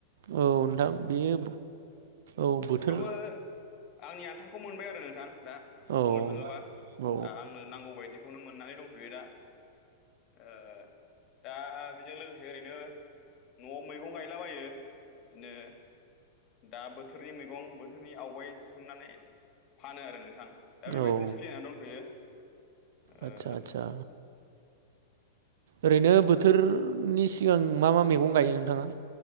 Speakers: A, on the right (about 65°); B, on the left (about 40°).
A: औ नोंथां बेयो औ बोथोर
B: थेवबो आंनि आन्थाखौ मोनबाय आरो नोंथां दा
A: औ
B: बुंनो थाङोबा
A: औ
B: दा आंनो नांगौ बायदिखौनो मोननानै दं थ'यो दा। ओ दा बेजों लोगोसे ओरैनो न'आव मैगं गायलाबायो बिदिनो दा बोथोरनि मैगं बोथोरनि आवगाय दिहुननानै फानो आरो नोंथां दा बेबायदिनो
A: औ
B: सोलिनानै दंथ'यो। ओ
A: आदसा आदसा। ओरैनो बोथोरनि सिगां मा मा मैगं गायो नोंथाङा?